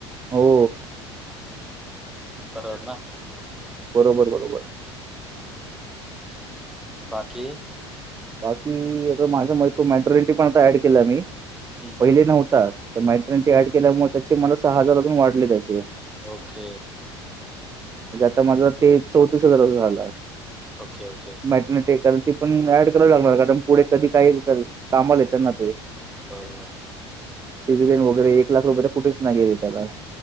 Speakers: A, on the right; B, in the centre.
A: हो
B: बरोबर ना
A: बरोबर बरोबर
B: बाकी
A: बाकी आता माझ्या म तो मॅटरनिटी पण आता ऍड केला मी
B: हम्म
A: पहिले
B: हम्म
A: नव्हता तर माहि्र ते ऍड केल्यामुळे त्याचे मला सहा हजार अजून वाढले त्याचे
B: ओके
A: म्हणजे आता माझा ते चौतीस हजारा झाला
B: ओके ओके
A: मॅटनटल त पण ऍड क लागणार कारण पुढे कधी काही कामाले त्यांना ते
B: बरोबर
A: सीझन वगैरे एक लाख रुपये तर कुठेच नाही गेल त्याला